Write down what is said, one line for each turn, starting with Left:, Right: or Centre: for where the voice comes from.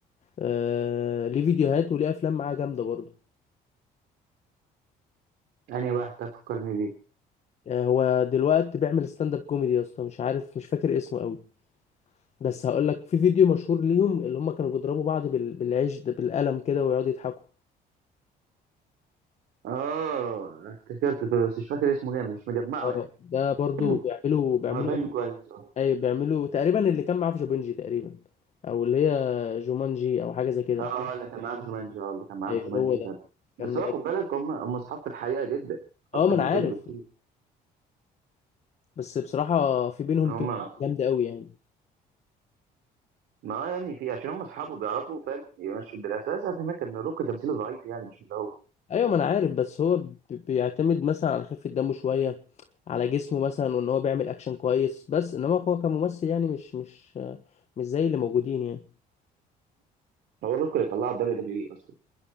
Left: آه... ليه فيديوهات وليه افلام معاه جامده برضو
Right: أنهي واحد تفكرني بيه
Left: آه هو دلوقتي بيعمل ستاند اب كوميدي يا اسطى مش عارف مش فاكر اسمه قوي بس هقول لك في فيديو مشهور ليهم اللي هم كانوا بيضربوا بعض بال... بالعيش ده بالقلم كده ويقعدوا يضحكوا
Right: آه افتكرته بس مش فاكر اسمه جامد مش مجمعه
Left: اه
Right: يعني
Left: ده برضو
Right: <clears throat>
Left: بيعملوا بيعملوا
Right: هو فيلم <laughs> كويس اه
Left: اي بيعملوا تقريبا اللي كان معاه في جوبنجي تقريبا او اللي هي جومانجي او حاجه زي كده
Right: اه اللي كان معاه في جومانجي اه اللي كان معاه
Left: ايوه
Right: في جومانجي
Left: هو ده
Right: فعلا
Left: كان
Right: بس هو خد بالك هم هم أصحاب في الحقيقة جدا
Left: اه
Right: أكتر
Left: ما انا
Right: من
Left: عارف
Right: الفيلم بكتير
Left: بس بصراحه في بينهم
Right: هما
Left: كده جامده قوي يعني
Right: ما هو يا ابني في عشان هم أصحابه بيعرفوا فاهم يمشوا الدنيا أساسا أفهمك إن روك تمثيله ضعيف يعني مش اللي هو
Left: ايوه ما انا عارف بس هو ب- بيعتمد مثلا على خفه دمه شويه على جسمه مثلا وان هو بيعمل اكشن كويس بس انما هو كممثل يعني مش مش مش زي اللي موجودين يعني
Right: هو الروك اللي طلعه دبليو دبليو اي اصلا